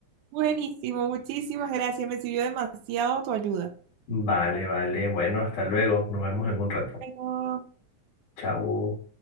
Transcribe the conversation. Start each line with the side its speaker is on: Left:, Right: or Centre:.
Right: Buenísimo, muchísimas gracias. Me sirvió demasiado tu ayuda.
Left: Vale, vale, bueno, hasta luego, nos vemos en un rato.
Right: Bueno.
Left: Chao.